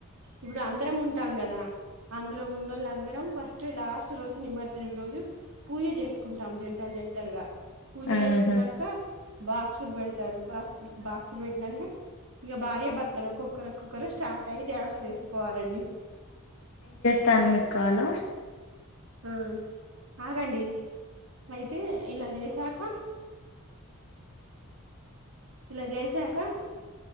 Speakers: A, on the right; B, on the left.
A: ఇప్పుడ్ అందరం ఉంటాం కదా అందులో ఉన్నోళ్ళు అందరం ఫస్ట్ లాస్ట్ రోజు నిమర్జనం రోజు పూజ చేసుకుంటాం జంటల్ జంటలుగా పూజ
B: ఆహా
A: చేసుకునంక బాక్సులు పెడతారు బాక్సు బాక్సులు పెట్టినంక ఇంగ భార్య భర్తలు ఒక్కొక్కరు ఒక్కొక్కరు స్టార్ట్ అయ్యి డ్యాన్సులు వేసుకోవాలండి.
B: తాన్న కాలం
A: మ్మ్ ఆగండి అయితే ఇలా చేశాక ఇలా జేసా క